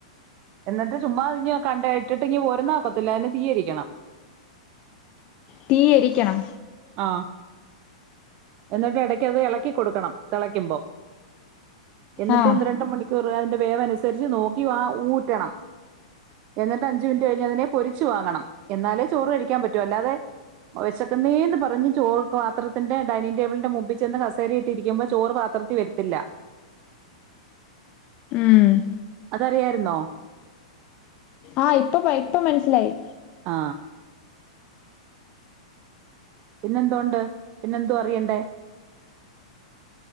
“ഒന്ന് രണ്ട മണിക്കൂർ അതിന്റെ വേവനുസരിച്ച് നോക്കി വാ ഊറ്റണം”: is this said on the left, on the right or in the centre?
Right